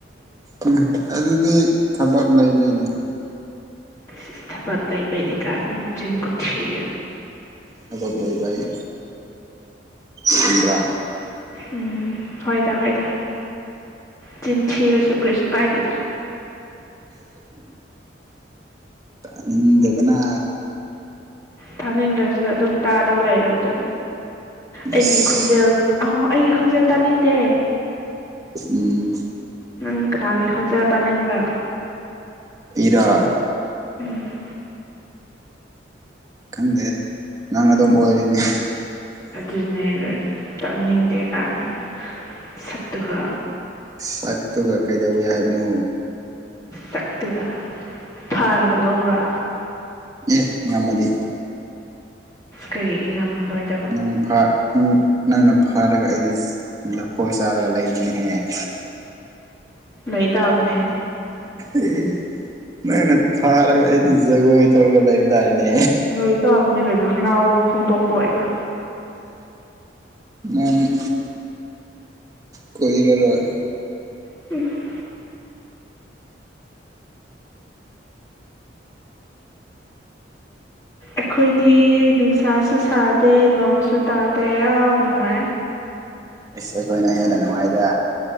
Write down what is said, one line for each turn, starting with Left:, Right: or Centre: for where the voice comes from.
Right: ꯎꯝ ꯑ ꯑꯗꯨꯗꯤ ꯊꯕꯛ ꯂꯩꯕꯩꯩꯅꯦ ꯀꯩꯅꯣ
Left: ꯏꯁ ꯏꯁ ꯊꯕꯛ ꯂꯩꯕꯅꯤ ꯀꯥꯏꯅ ꯃꯆꯤꯟ ꯈꯨꯊꯤꯖꯦ
Right: ꯊꯕꯛ ꯂꯩꯕ ꯑꯩ ꯈꯪꯕ꯭ꯔꯥ
Left: ꯎꯝ ꯍꯣꯏꯗ ꯍꯣꯏꯗ ꯆꯤꯟꯊꯤꯔꯁꯨ ꯀꯔꯤꯁꯨ ꯀꯥꯏꯗꯦ
Right: ꯇꯥꯅꯤꯡꯗꯕꯅ
Left: ꯇꯥꯅꯤꯡꯗ꯭ꯔꯁꯨ ꯑꯗꯨꯝ ꯇꯥꯗꯧ ꯂꯩꯔꯕꯨꯗꯨ ꯑꯩꯒꯤ
Right: ꯏꯁ
Left: ꯈꯣꯟꯖꯦꯜ ꯑꯍꯣ ꯑꯩꯒꯤ ꯈꯣꯟꯖꯦꯜ ꯇꯥꯅꯤꯡꯗꯦ
Right: ꯎꯝ
Left: ꯅꯪ ꯀꯅꯥꯒꯤ ꯈꯣꯟꯖꯦꯜ ꯇꯥꯅꯤꯡꯕ꯭ꯔꯥ
Right: ꯢꯔꯥ
Left: ꯎꯝ
Right: ꯈꯪꯗꯦ ꯅꯪ ꯑꯗꯨꯝ ꯑꯣꯏꯔꯤꯅꯦ
Left: ꯑꯗꯨꯅꯦꯕ ꯇꯥꯅꯤꯡꯗꯦ ꯀꯥꯏꯅ ꯅꯁꯛꯇꯨꯒ
Right: ꯁꯛꯇꯨꯒ ꯀꯩꯗꯧꯋꯦ ꯍꯥꯏꯕꯅꯣ
Left: ꯁꯛꯇꯨꯒ ꯐꯥꯔꯒ ꯂꯧꯔꯥ
Right: ꯑꯦ ꯉꯝꯃꯗꯤ
Left: ꯀꯔꯤꯒꯤ ꯉꯝꯂꯣꯏꯠ
Right: ꯅꯪ ꯐꯥ <unintelligible> ꯅꯪꯅ ꯐꯥꯔꯒ ꯑꯩꯗꯤ ꯂꯐꯣꯏ ꯆꯥꯔꯒ ꯂꯩꯅꯤꯍꯦ <unintelligible>
Left: ꯂꯩꯩ ꯇꯥꯕꯅꯦ
Right: ꯑꯦ ꯅꯪꯅ ꯐꯥꯔꯒ ꯑꯩꯗꯤ ꯖꯒꯣꯏ ꯇꯧꯔꯒ ꯂꯩꯕ ꯇꯥꯔꯦꯅꯦ
Left: ꯂꯩ ꯇꯥꯕꯅꯤ ꯀꯩꯅꯣ ꯍꯔꯥꯎꯕ ꯐꯣꯡꯗꯣꯛꯄ ꯑꯣꯏꯅ
Right: ꯃꯥꯅꯤ ꯀꯨꯏꯔꯔꯣꯏ
Left: <unintelligible> ꯑꯩꯈꯣꯏꯗꯤ ꯅꯨꯡꯁꯥꯁꯨ ꯁꯥꯗꯦ ꯅꯣꯡꯁꯨ ꯇꯥꯗꯦ ꯌꯥꯝ ꯅꯨꯡꯉꯥꯏ
Right: ꯏꯁ ꯑꯩꯈꯣꯏꯅ ꯍꯦꯟꯅ ꯅꯨꯡꯉꯥꯏꯗ